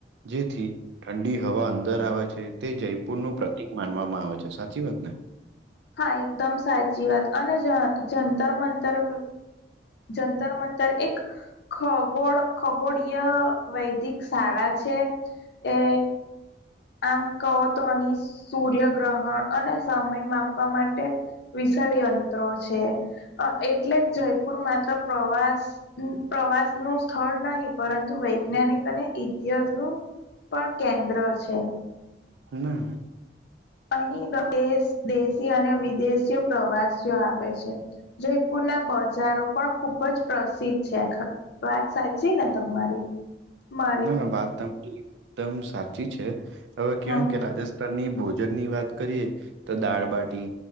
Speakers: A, on the right; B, on the left.
A: જેથી ઠંડી હવા અંદર આવે છે તે જયપુર નું પ્રતિક માનવામાં આવે છે, સાચી વાત ને?
B: હા, એકદમ સાચી વાત અને જ-જંતર મંતર જંતર મંતર એક ખગોળ ખગોળય વૈદિક શાળા છે એ આમ કહો તો અહીં સૂર્ય ગ્રહણ અને સમય માપવા માટે વિશાળ યંત્રો છે અ એટલે જ જયપુર માત્ર પ્રવાસ પ્રવાસનું સ્થળ નહીં પરંતુ વૈજ્ઞાનિક અને ઇતિહાસનું પણ કેન્દ્ર છે.
A: <inaudible>
B: અહી <inaudible> દેશી અને વિદેશીઓ પ્રવાસીઓ આવે છે. જયપુરના બજારો પણ ખુબ જ પ્રસિદ્ધ છે આખા વાત સાચી ને તમારી? મારી
A: ના ના વાત <inaudible> <inaudible> દમ સાચી છે હવે કહેવાયન
B: હા
A: કે રાજ તરની ભોજનની વાત કરીએ તો દાળબાટી,